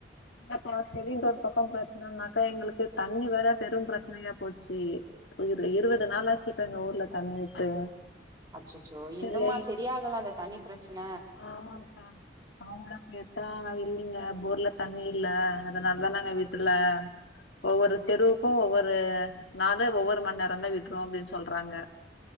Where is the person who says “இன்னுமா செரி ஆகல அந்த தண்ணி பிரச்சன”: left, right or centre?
Right